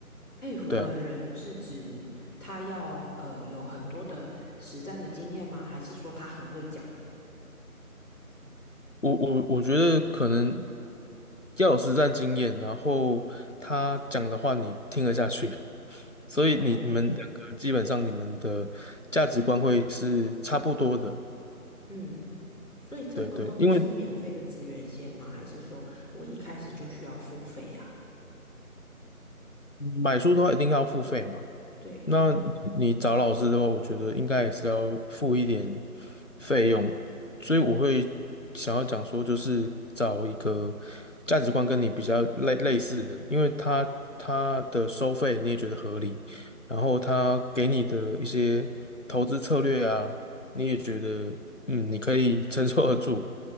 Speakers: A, on the left; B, on the left.
A: 佩服的人是指他要呃有很多的实战的经验吗？
B: 对啊，
A: 还是说他很会讲？
B: 我我我觉得可能要有实战经验，然后他讲的话你听得下去。所以你你们两个基本上你们的价值观会是差不多的，
A: 哦，嗯，所以这个都会是免费的资源先吗？
B: 对对，因为
A: 还是说我一开始就需要付费呀？
B: 买书的话一定要付费嘛，
A: 对，
B: 那你你找老师的话，我觉得应该也是要付一点费用，所以我会想要讲说，就是找一个价值观跟你比较类类似的，因为他他的收费你也觉得合理，然后他给你的一些投资策略啊，你也觉得嗯你可以承受得住，